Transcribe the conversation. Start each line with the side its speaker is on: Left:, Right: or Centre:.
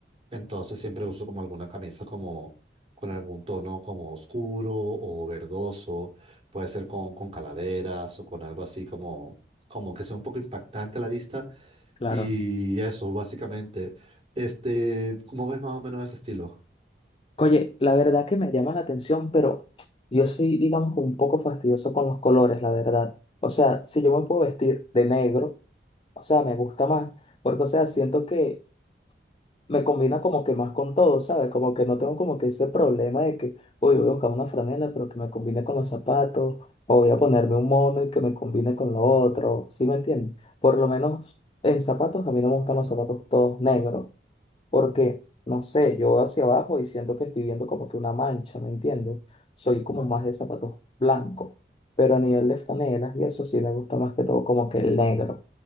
Right: Entonces, siempre uso como alguna camisa como con algún tono como oscuro o verdoso. Puede ser con, con calaveras o con algo así como, como que sea un poco impactante a la vista.
Left: Claro.
Right: Y eso, básicamente. Este, ¿cómo ves más o menos ese estilo?
Left: Oye, la verdad que me llama la atención, pero yo soy, digamos, un poco fastidioso con los colores, la verdad. O sea, si yo me puedo vestir de negro, o sea, me gusta más, porque, o sea, siento que me combina como que más con todo, ¿sabes? Como que no tengo como que ese problema de que, uy, voy a buscar una franela, pero que me combine con los zapatos, o voy a ponerme un mono y que me combine con lo otro, ¿sí me entiendes? Por lo menos en zapatos, a mí no me gustan los zapatos todos negros porque, no sé, yo hacia abajo y siento que estoy viendo como que una mancha, ¿me entiendes? Soy como más de zapatos blancos, pero a nivel de franelas y eso sí me gusta más que todo como que el negro.